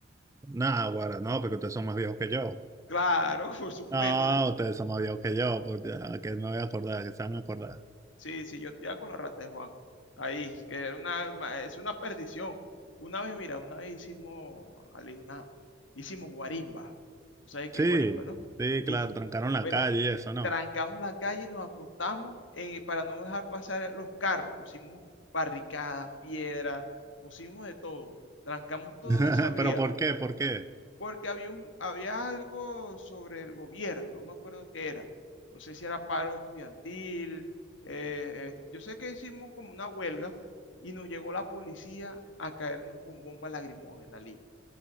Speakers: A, on the right; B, on the left.
A: Nada, guara, no, porque ustedes son más viejos que yo.
B: Claro, <laughs> por supuesto.
A: Ah, ustedes son más viejos que yo, pues ya, que no voy a acordar, que se van a acordar.
B: Sí, sí, yo te con la rata de Juan. Ahí, que era una, ma- es una perdición. Una vez, mira, una vez hicimos, Ali, una, hicimos guarimba. Tú sabes qué
A: Sí,
B: es guarimba, ¿no?
A: sí,
B: Y,
A: claro, trancaron la
B: bueno,
A: calle y eso,
B: eh,
A: ¿no?
B: trancamos la calle y nos acostamos eh, para no dejar pasar los carros. Pusimos barricadas, piedras, pusimos de todo. Trancamos toda
A: <laughs>
B: esa vía
A: Pero ¿por qué? ¿Por qué?
B: porque había, un- había algo sobre el gobierno, no me acuerdo qué era. No sé si era paro estudiantil. eh, eh, yo sé que hicimos como una huelga y nos llegó la policía a caernos con bomba lagrimógena, Lee.